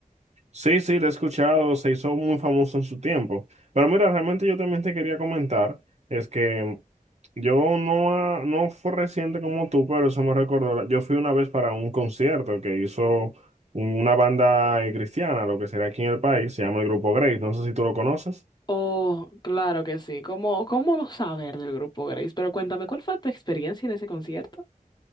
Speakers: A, on the right; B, on the left.
A: Sí, sí, lo he escuchado, se hizo muy famoso en su tiempo. Pero mira, realmente yo también te quería comentar, es que yo no, ha- no fue reciente como tú, pero eso me recordó, yo fui una vez para un concierto que hizo una banda eh, cristiana, lo que sería aquí en el país, se llama el Grupo Grace, no sé si tú lo conoces.
B: Oh, claro que sí. ¿Cómo, cómo no saber del grupo Grace? Pero cuéntame, ¿cuál fue tu experiencia en ese concierto?